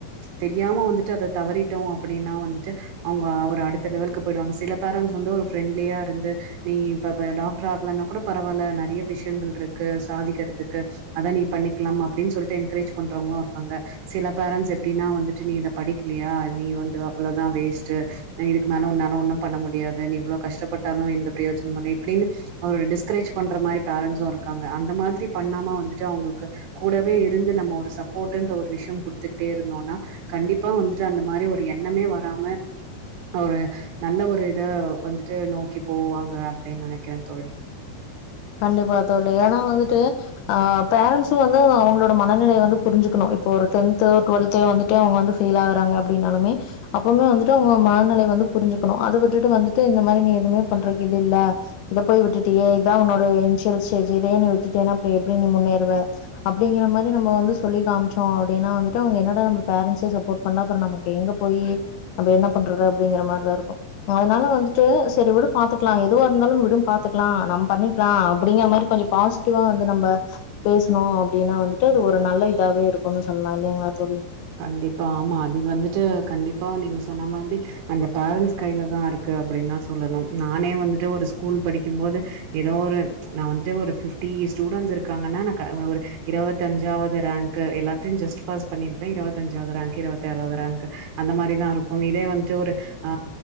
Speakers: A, on the right; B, on the left.
A: தெரியாம வந்துட்டு அத தவறிட்டோ அப்டின்னா வந்துட்டு அவுங்க ஒரு அடுத்த லெவலுக்கு போயி்டுவாங்க சில பேரண்ட்ஸ் வந்து ஒரு ஃப்ரெண்ட்லியா இருந்து நீ இப்ப ப டாக்டர் ஆகலன்னா கூட பரவால நறைய விஷ்யங்கள் டிருக்கு சாதிக்கறதுக்கு அத நீ பண்ணிக்கலாம் அப்டின்னு சொல்லிட்டு என்கரேஜ் பண்றவங்களும் இருக்காங்க சில பேரண்ட்ஸ் எப்டின்னா வந்துட் டு நீ இத படிக்லியா நீ வந்து அவ்ளோ தா வேஸ்ட்டு இதுக்கு மேலே உன்னால ஒன்னும் பண்ண முடியாது நீ இவ்ளோ கஷ்டப்பட்டாலும் எந்த பிரயோஜனமுல்ல இப்டின்னு அவர டிஸ்கரேஜ் பண்ற மாரி பேரண்ட்ஸும் இருக்காங்க அந்த மாதிரி பண்ணாம வந்துட்டு அவுங்ளுக்கு கூடவே இருந்து நம்ம ஒரு சப்போர்ட்ன்ற ஒரு விஷ்யம் குடுத்துட்டே இருந்தோனா கண்டிப்பா வந்துட்டு அந்த மாரி ஒரு எண்ணமே வராம ஒரு நல்ல ஒரு இதா வந்துட்டு நோக்கி போவாங்க அப்டின் நனைக்கிற தோழி
B: கண்டிப்பா தோழி ஏன்னா வந்துட்டு ஆ பேரண்ட்ஸும் வந்து அவுங்களோட மனநிலை வந்து புரிஞ்சுக்குணும் இப்போ ஒரு டென்த்து டுவெல்த்து வந்துட்டு அவுங்க வந்து ஃபெயில் ஆகுறாங்க அப்டின்னாலுமே அப்பமே வந்துட்டு அவுங்க மனநிலை வந்து புரிஞ்சுக்கணும் அது விட்டுட்டு வந்துட்டு இந்த மாரி நீ எதுமே பண்றக்கு இது இல்ல இத போய் விட்டுட்டியே இதா உன்னோட இது இனிஷியல் ஸ்டேஜூ இதுவே நீ விட்டுட்டனா அப்றோ எப்டி நீ முன்னேறுவ அப்டிங்கற மாரி நம்ம வந்து சொல்லி காமிச்சோ அப்டினா வந்துட்டு அவுங்க என்னடா நம்ம பேரண்ட்ஸ்சே சப்போர்ட் பண்ல அப்பற நமக்கெங்க எங்க போயி நம்ம என்ன பண்றது அப்டிங்கிற மாரி தா இருக்கும் அதனால வந்துட்டு செரி வுடு பாத்துக்லா எதுவா இருந்தாலும் விடும் பாத்துக்லா நம் பண்ணி க்கலா அப்டிங்கற மாரி கொஞ்சோ ஃபாசிட்டிவா வந்து நம்ப பேசுனு அப்டின்னா வந்துட்டு இது ஒரு நல்ல இதாவே இருக்குனு சொல்லா இல்லிங்ளா தோழி
A: கண்டிப்பா ஆமா அது வந்துட்டு கண்டிப்பா நீங்க சொன்ன மாதிரி அந்த பேரன்ண்ட்ஸ் கைலதா இருக்கு அப்டின்னா சொல்லணும் நானே வந்துட்டு ஒரு ஸ்கூல் படிக்கும் போது ஏதோ ஒரு நா வந்துட்டு ஒரு ஃப்ட்டி ஸ்டூடெண்ட்ஸ் இருக்காங்கன்னா நா க ஒரு ஒரு இருவத்தஞ்சாவது ரேங்க்கு எல்லாத்தியும் ஜஸ்ட் பாஸ் பண்ணிருக் க இருவத்தஞ்சாவது ரேங்க்கு இருவத்தி ஆறாவது ரேங்க்கு அந்த மாரிதாருக்கும் இதே வந்துட்டு ஒரு ஆ